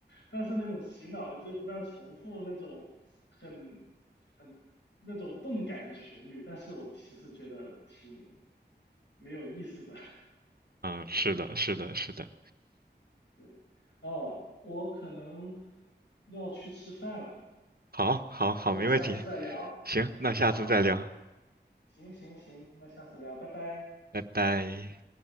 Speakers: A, on the left; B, on the right.
A: 但是那种洗脑的，就不断重复那种很很那种动感的旋律，但是我其实觉得挺没有意思的。<laughs>
B: 嗯，是的，是的，是的，
A: 对，哦，我可能要去吃饭了，
B: 好，好，好，
A: 要不下次再聊？
B: 没问题，行，那下次再聊，
A: 好好。行行行，那下次聊，拜拜。
B: 拜拜。